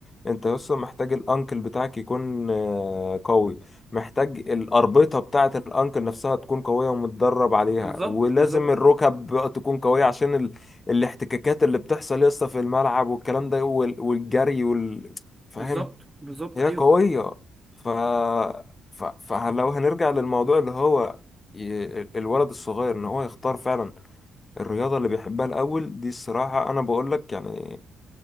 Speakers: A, on the left (about 30°); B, on the right (about 15°).
A: انت لسه محتاج الانكل بتاعك يكون آه، قوي محتاج الأربطة بتاعة الانكل نفسها تكون قوية ومتدرب عليها
B: بالظبط
A: ولازم
B: بالظبط
A: الركب تكون قوية عشان ال... الاحتكاكات اللي بتحصل لسه في الملعب والكلام ده وال... والجري وال... فاهم
B: بالظبط بالظبط
A: هي
B: ايوه
A: قوية ف... ف... فلو هنرجع للموضوع اللي هو ي- الولد الصغير ان هو يختار فعلا الرياضة اللي بيحبها الأول دي الصراحة أنا بقول لك يعني